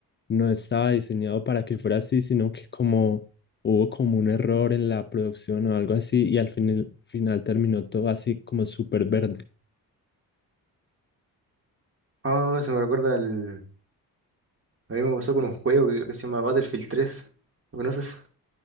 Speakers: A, on the left (about 30°); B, on the right (about 35°).
A: no estaba diseñado para que fuera así, sino que como hubo como un error en la producción o algo así y al final, final terminó todo así como súper verde.
B: Ah, eso me recuerda al... A mí me pasó con un juego que, que se llama Battlefield 3. ¿Lo conoces?